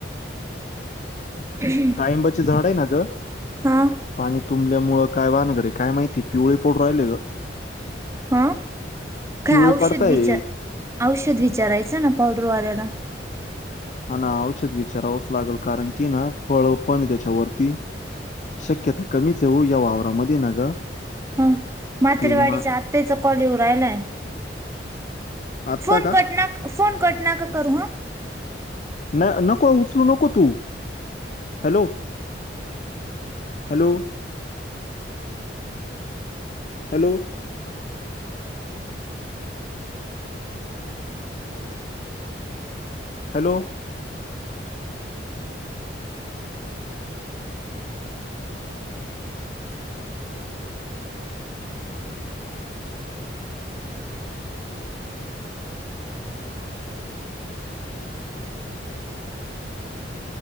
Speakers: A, on the right; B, on the left.
A: <inaudible>
B: डाळिंबाचे झाड आहे ना ग?
A: हा
B: पाणी तुंबल्यामुळं काय भानगड आहे काय माहिती पिवळे पडू राहिले ग.
A: हा काय
B: पिवळे
A: औषध
B: पडताय
A: विचार, औषध विचारायचं ना पावडरवाल्याला.
B: हा ना औषध विचारावंच लागेल कारण की ना फळ पण त्याच्यावरती. शक्यता कमीच आहे हो या वावरामध्ये ना ग.
A: हा मातेरवाडीच्या
B: ते मा
A: आत्याचा कॉल येऊ राहिलाय
B: आत्ता
A: फोन
B: का
A: कट नक फोन कट नका करू ह.
B: न नको उचलू नको तू, hello? Hello? Hello? Hello.